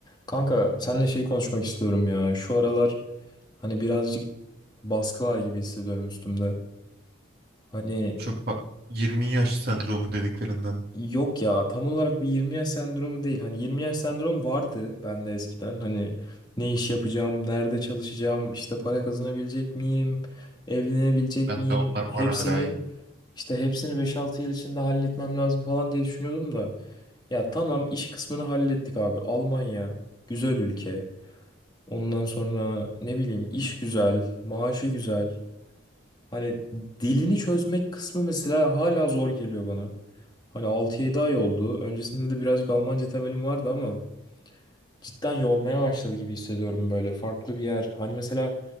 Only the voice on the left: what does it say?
Kanka seninle şeyi konuşmak istiyorum ya. Şu aralar hani birazcık baskı var gibi hissediyorum üstümde. Hani
yok ya tam olarak bir 20 yaş sendromu değil. Hani 20 yaş sendromu vardı bende eskiden. Hani ne iş yapacağım, nerede çalışacağım, işte para kazanabilecek miyim, evlenebilecek
miyim
hepsini
işte hepsini 5-6 yıl içinde halletmem lazım falan diye düşünüyordum da. Ya tamam iş kısmını hallettik abi. Almanya güzel ülke. Ondan sonra ne bileyim iş güzel, maaşı güzel. Hani dilini çözmek kısmı mesela hala zor geliyor bana. Hani altı yedi ay oldu. Öncesinde de birazcık Almanca temelim vardı ama cidden yormaya başladı gibi hissediyorum böyle farklı bir yer. Hani mesela